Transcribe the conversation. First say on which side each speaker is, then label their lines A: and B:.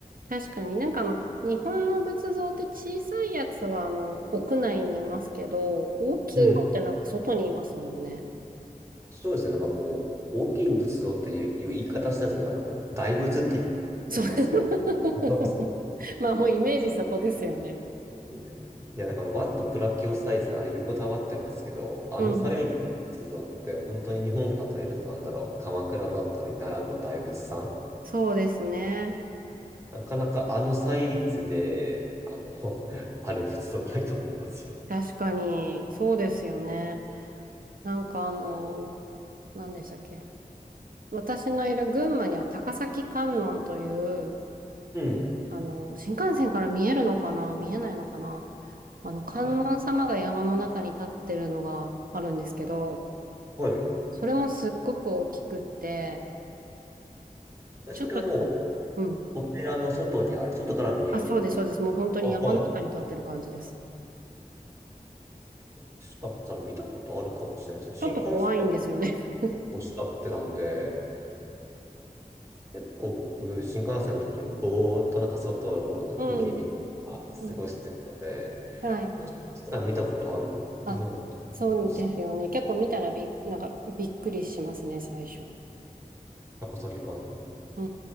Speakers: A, on the right; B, on the right.
A: 確かになんかあの、日本の仏像って小さいやつはあの、屋内にいますけど、大きいのってなんか外にいますもんね。
B: うん。そうですね。なんかもう、大きい仏像っていう言い方したず、あの、大仏って言いますよ。
A: そう。<laughs>
B: あそうそ
A: まあもうイメージそこですよね。
B: う。うんいや、だから、ワットプラキオサイズ、あれ横たわってますけど、あのサイズの仏像って、
A: うん。
B: 本当に日本で例えると、なんだろう、鎌倉だったり、奈良の大仏さん
A: そうですね。
B: なかなかあのサイズで、あの、<laughs> ある仏像ないと思いますよ。
A: 確かに、そうですよね。なんかあの、何でしたっけ。私のいる群馬には高崎観音という
B: うん。
A: あの、新幹線から見えるのかな見えないのかなあの、観音様が山の中に立ってるのがあるんですけど、
B: かはい。
A: それもすっごく大きくって、
B: えそれはもう、
A: ちょっとでも、うん。
B: お寺の外にある、外から見える。
A: あ、そうです、そうです。もう本当に山の中に立ってる感じです。
B: あ、はい。もしかしたら見たことあるかもしれないですね。
A: ちょっと怖いんですよね。
B: 新幹線
A: <laughs>
B: をしたってたんで、結構僕、新幹線の時にぼーっとなんか外の風景見ながら過ごしてるので、
A: うん。うん。はい。
B: もしかしたら見たことあるようなと思います。
A: あ、そうですよね。結構見たらびっ、なんかびっくりしますね、最初。
B: 高崎観音。
A: う